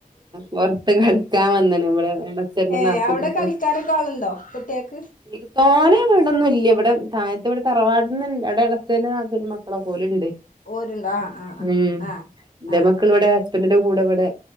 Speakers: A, on the right; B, on the left.
A: പൊറത്ത് കളി ക്കാൻ വന്ന്ണ് വ്ടെ എളച്ചന്റെ
B: ഏഹ്
A: നാത്തു
B: അവിടെ
A: ന്റെക്കെ
B: കളിക്കാനൊക്കെ ആളുണ്ടോ കുട്ടികൾക്ക്
A: തോനെ വീടൊന്നുല്ല്യ വ്ടെ തായത്ത് ഇവ്ടെ തറവാടന്ന്ണ്ട് അവ്ടെ എളച്ചന് നാത്തൂന് മക്കള് ഓല്ട്ണ്ട്
B: ഓര്ണ്ടാ ആഹ് ആഹ്
A: ഉം
B: ആഹ്
A: ന്റെ
B: ആഹ്
A: മക്കൾ വ്ടെ ഹസ്ബൻറിന്റെ കൂടെ വ്ടെ